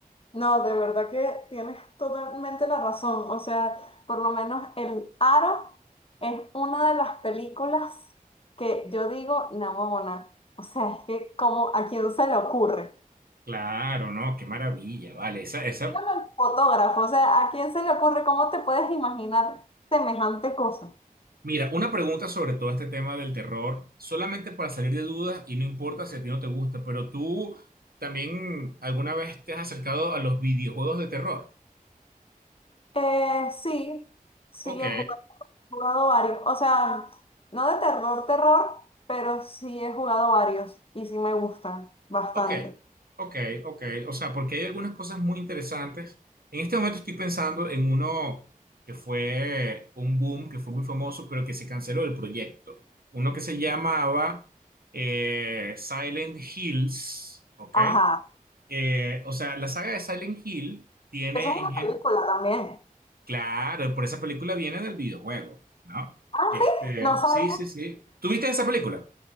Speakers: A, on the left (about 40°); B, on the right (about 85°).
A: No, de verdad que tienes totalmente la razón. O sea, por lo menos El Aro es una de las películas que yo digo, namona. O sea, es que como a quién se le ocurre.
B: Claro, no, qué maravilla, vale. Esa, esa,
A: Dígame al fotógrafo, o sea, ¿a quién se le ocurre? ¿Cómo te puedes imaginar semejante cosa?
B: Mira, una pregunta sobre todo este tema del terror, solamente para salir de dudas y no importa si a ti no te gusta, pero tú también alguna vez te has acercado a los videojuegos de terror.
A: Eh, sí, sí,
B: Ok,
A: he jugado, he jugado varios. O sea, no de terror, terror, pero sí he jugado varios y sí me gustan bastante.
B: ok, ok, ok. O sea, porque hay algunas cosas muy interesantes. En este momento estoy pensando en uno que fue un boom, que fue muy famoso, pero que se canceló el proyecto. Uno que se llamaba eh, Silent Hills, ¿ok?
A: Ajá.
B: Eh, o sea, la saga de Silent Hill tiene
A: Eso es una
B: en gen...
A: película también.
B: Claro, por esa película viene del videojuego, ¿no?
A: Ah,
B: Este,
A: sí, no sabía.
B: sí, sí, sí. ¿Tuviste esa película?